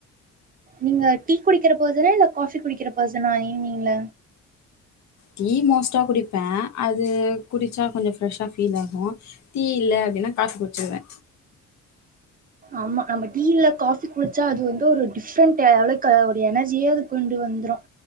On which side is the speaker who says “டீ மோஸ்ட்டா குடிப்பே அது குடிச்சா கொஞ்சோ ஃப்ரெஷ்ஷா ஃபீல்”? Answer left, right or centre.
Left